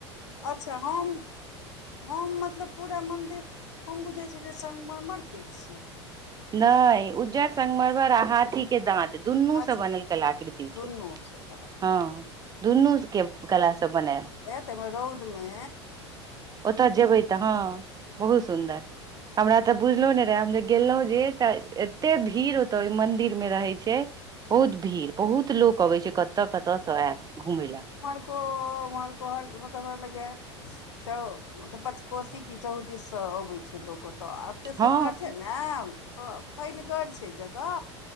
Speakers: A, on the left (about 75°); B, on the right (about 25°).
A: अच्छा हम। हम मतलब पूरा मंदिर हम बुझैछेलियै संगमरमर के छैय।
B: नई उज्जर संगमरमर आ हाथी के दाँत। तऽ दुन्नू
A: अच्छा
B: स बनल कलाकृति
A: दुनू
B: छैय
A: सब बला
B: हं। दुनू के कला स बनायल।
A: तैमे रौद मे
B: ओतऽ जेबैय तऽ ह
A: हँ
B: बहुत सुंदर हमरा तऽ बुझलो नैइ रहै हम जे गेलहुं जे तऽ एते भीड़ ओत ओ मंदिर मे रहैय छैय। बहुत भीड़ बहुत लोक अबैय छैय कतऽ कतऽ स ऐत घूमय लए
A: ओ हमर घर मतलब हमरा लगैया चौ मतलब पच कोसी की चौहदीस सँ अबैत छैय लोक ओतऽ एते सुन्दर
B: हँ
A: छैय ने फैलगर छैय जगह